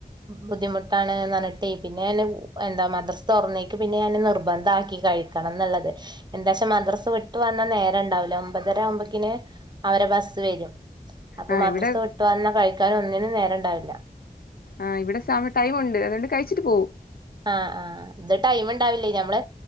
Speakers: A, on the right; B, on the left.
A: ബുദ്ധിമുട്ടാണ്ന്നറിഞ്ഞിട്ടേ പിന്നെ ഓന് എന്താ മദ്രസ തൊറന്നേക്ക് പിന്നെ ഞാന് നിർബന്ധാക്കി കഴിക്കണംന്നിള്ളത്, എന്താച്ചാ മദ്രസ വിട്ട് വന്നാ നേരംണ്ടാവില ഒമ്പതര ആവുമ്പക്കിന് അവരെ ബസ് വെരും അപ്പൊ
B: ആഹ്
A: മദ്രസ
B: ഇവിടെ
A: വിട്ടുവന്നാ കഴിക്ക് താനും ഒന്നിനും നേരം ഇണ്ടാവില്ല
B: ആഹ് ഇവിടെ സാമ ടൈമുണ്ട് അതുകൊണ്ട് കഴിച്ചിട്ട് പോവും
A: ആഹ് ആഹ് ഇത് ടൈം ഇണ്ടാവില്ലേ ഞമ്മള്